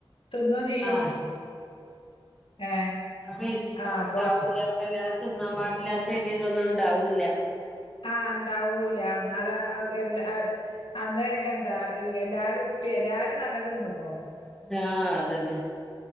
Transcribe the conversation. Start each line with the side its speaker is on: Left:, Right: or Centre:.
Left: തിന്നും ചെയ്യും
Centre: ആ
Left: ഏ
Centre: അപ്പൊ ഇനിതൊനൊന്നും
Left: ആ അപ്പൊ
Centre: ഉണ്ടാവൂല്ല അ ല്ലാ തിന്നാൻ പാടില്ലാത്തരി ഇതൊന്നും ഉണ്ടാവൂല്ല
Left: ആഹ് ണ്ടാവൂല അതാ അത് എല്ലാ ഏ അതെ എ ന്താ എലാരും ഉപ്പിയേം എലാരും നല്ലത് എന്നോ
Centre: ആ അതന്നെ